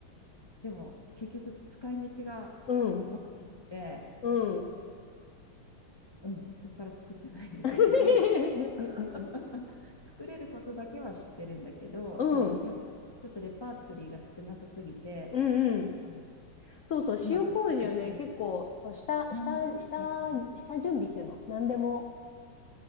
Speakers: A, on the left (about 35°); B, on the left (about 75°).
A: でも、結局使い道が
B: うん、
A: 分からなくて、
B: うん。
A: うん、そっから作ってないんだけど、
B: <laughs>
A: <laughs> 作れることだけは知ってるんだけど、
B: うん、
A: そう、やっぱりちょっとレパートリーが少なさすぎて、
B: うん、うん。
A: あの
B: そうそう、
A: うまく入ってないから
B: 塩麹をね、結構、そう、下、下、
A: 何で使えばいいの
B: 下、下準備っていうの何でも